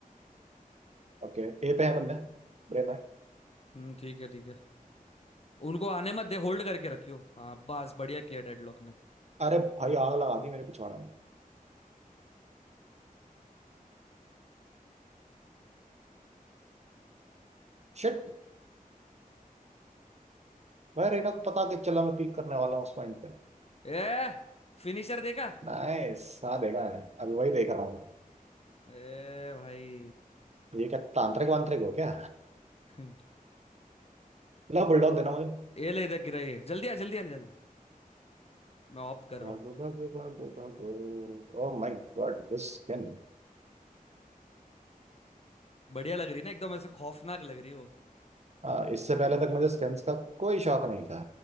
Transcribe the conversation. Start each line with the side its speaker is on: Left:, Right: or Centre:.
Right: ओके ए पे है बंदा प्रेम है
Left: हम्म ठीक है ठीक है उनको आने मत दे होल्ड करके रखियो हाँ बस बढ़िया किया डेडलॉक ने
Right: अरे भाई आग लगा दी मेरे पिछवाड़े में शिट भाई रेना को पता कि चला मैं पीक करने वाला हूँ उस पॉइंट पे
Left: ए फिनिशर देखा
Right: नाइस हाँ देखा मैंने अभी वही देख रहा हूँ
Left: ए भाई
Right: मैं ये क्या तांत्रिक वांत्रिक हो क्या
Left: <laughs>
Right: ला बुलडॉग देना मुझे
Left: ए ले इधर गिरा ये जल्दी आ जल्दी आ जल्दी मैं ऑफ कर रहा
Right: भागो
Left: हूँ
Right: भागो भागो भागो Oh my God this skin
Left: बढ़िया लग रही ना एकदम ऐसे खौफनाक लग रही हो
Right: आ, इससे पहले तक मुझे स्किन्स का कोई शौक नहीं था